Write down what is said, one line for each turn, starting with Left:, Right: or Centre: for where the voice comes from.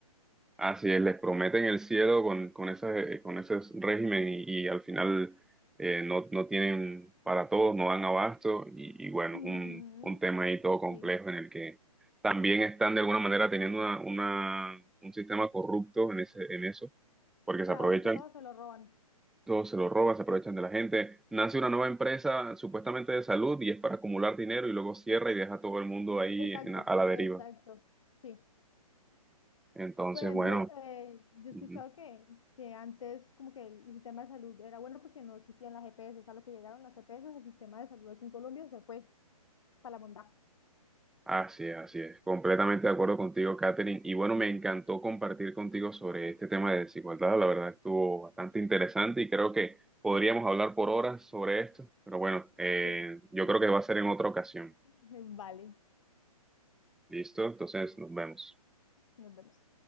Centre: Así es, les prometen el cielo con, con ese, con ese régimen y, y al final eh, no, no tienen para todos, no dan abasto y, y bueno,
Left: Ujú,
Centre: un, un tema ahí todo complejo
Left: Sí,
Centre: en el que también están de alguna manera teniendo una, una- un sistema corrupto en ese, en eso, porque
Left: claro,
Centre: se aprovechan,
Left: porque todos se lo roban.
Centre: todo se lo roban, se aprovechan de la gente. Nace una nueva empresa supuestamente de salud y es para acumular dinero y luego cierra y deja a todo el mundo
Left: Y-
Centre: ahí
Left: ah, Exacto,
Centre: en la- a la deriva.
Left: exacto, sí.
Centre: Entonces,
Left: Por ejemplo,
Centre: bueno.
Left: eh, yo he escuchado
Centre: ujú.
Left: que, que antes como que el sistema de salud era bueno porque no existían las EPS, a lo que llegaron las EPS, el sistema de salud aquí en Colombia se fue para la bondad.
Centre: Así es, así es. Completamente de acuerdo contigo, Katherine. Y bueno, me encantó compartir contigo sobre este tema de desigualdad. La verdad estuvo bastante interesante y creo que podríamos hablar por horas sobre esto. Pero bueno, eh,
Left: Sí,
Centre: yo
Left: bueno,
Centre: creo que va a ser en otra ocasión.
Left: <laughs> vale.
Centre: ¿Listo? Entonces, nos vemos.
Left: Nos vemos.